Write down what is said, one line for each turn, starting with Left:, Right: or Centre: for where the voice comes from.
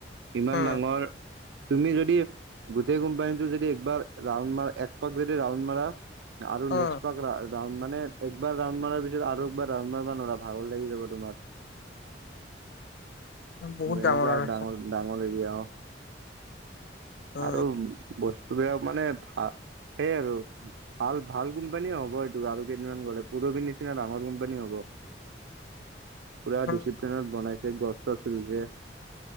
Right: ইমান
Left: অ
Right: ডাঙৰ তুমি যদি গোটেই কোম্পানীটো যদি একবাৰ ৰাউন মাৰ এক পাক যদি ৰাউণ্ড মাৰা আৰু
Left: অ
Right: নেক্সট বা মানে একবাৰ ৰাডণ্ড মাৰা পিছত আৰুএবাৰ ৰাউণ্ড মাৰবা নোৱাৰা ভাগৰ লাগি যাব তোমাৰ।
Left: বহুত
Right: এনেকুৱা
Left: আৰু
Right: ডাঙৰ ডাঙৰ এৰিয়া অ'।
Left: অ
Right: আৰু বস্তুবিলাক মানে ভাল সেইয় আৰু। ভাল ভাল কোম্পানীয়ে হ'ব এইটো আৰু কেইদিনমান গ'লে পুৰবি নিচিনা ডাঙৰ কোম্পানী হ'ব। পুৰা
Left: অ
Right: ডিচিপ্লিনত বনাইছে গছ চচ ৰুইছে।